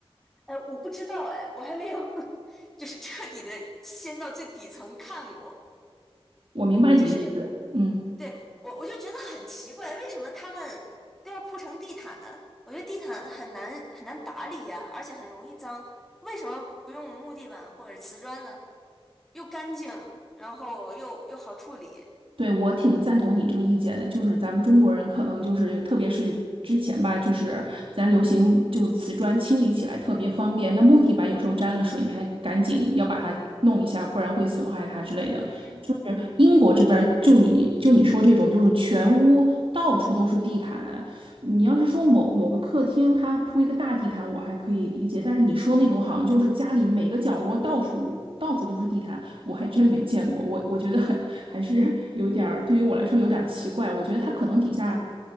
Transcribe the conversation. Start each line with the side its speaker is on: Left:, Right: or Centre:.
Centre: 哎，我不知道，哎，我还没有 <laughs> 就是彻底的掀到最底层看过。
Right: 我明白你的意思，
Centre: 就是
Right: 嗯，
Centre: 对我，我就觉得很奇怪，为什么他们都要铺成地毯呢？我觉得地毯很难很难打理呀，而且很容易脏。为什么不用木地板或者瓷砖呢？又干净，然后又又好处理。
Right: 对，我挺赞同你这个意见的。就是咱们中国人可能就是，特别是之前吧，就是咱流行就是瓷砖清理起来特别方便，那木地板有时候沾了水，你还赶紧要把它弄一下，不然会损害它之类的。
Centre: 嗯嗯。
Right: 就是英国这边儿就你就你说这种，就是全屋到处都是地毯。你要是说某某个客厅，它铺一个大地毯，我还可以理解。但是你说那种好像就是家里每个角落到处到处都是地毯，我还真没见过。我我觉得 <laughs> 还是有点儿，对于我来说有点儿奇怪。我觉得它可能底下